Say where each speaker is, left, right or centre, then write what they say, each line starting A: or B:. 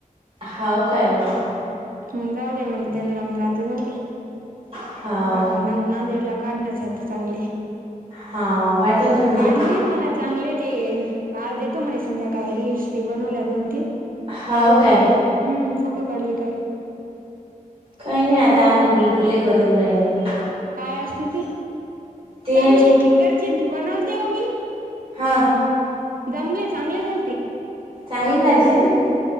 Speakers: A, on the right; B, on the right.
A: होव काय वो.
B: मग जाऊ द्या म्हण त्यांना म आता जाऊ दे.
A: हाव
B: अ नांदेडला काढणच आहे, तर चांगली
A: हाव वाटच ना
B: काढली
A: मग
B: मनात. चांगले ते आज देतो म्हणे संध्याकाळी रीलस ते बनवल्या दोन तीन.
A: हाव काय
B: हम्म! फोटो काढली काही
A: काही
B: हम.
A: नाही आता आम्ही गुलगुले बनवू राहिलो.
B: काय असते ती
A: ते
B: त्या दिवशी फिंगरचीप बनवलतेव मी.
A: हां.
B: जमले चांगले झाल ते.
A: चांगली जालते ना.